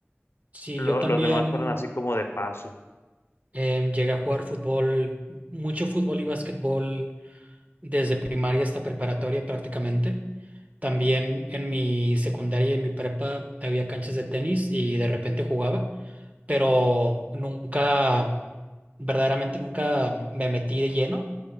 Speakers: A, on the right; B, on the left.
A: Sí,
B: Lo-
A: yo también
B: los demás fueron así como de paso.
A: Em, llegué a jugar fútbol, mucho fútbol y básquetbol desde primaria hasta preparatoria prácticamente. También en mi secundaria y en mi prepa había canchas de tenis y de repente jugaba, pero nunca, verdaderamente nunca me metí de lleno.